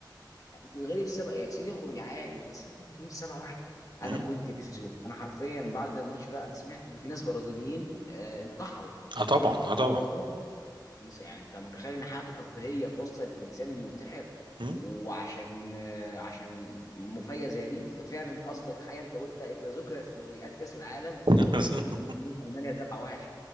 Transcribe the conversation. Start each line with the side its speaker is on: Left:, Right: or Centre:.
Left: تتغلب سبعة يا سيدي اخرج عادي بس انت تتغلب سبعة واحد انا
Right: مم.
Left: كنت في الزوم انا حرفيا بعد الماتش ده انا سمعت ان في ناس برازيليين آه انتحروا
Right: اه طبعا اه طبعا
Left: من الصدمة. من الص- يعني انت متخيل ان حياه ترفيهيه توصل الانسان انه ينتحر
Right: مم.
Left: وعشان آه، عشان مفاجاه زي دي ففعلا قصدك حاجه انت قلت اذا ذكرت مفاجات كاس العالم
Right: <laughs>
Left: ذكر ماتش البرازيل والمانيا 7-1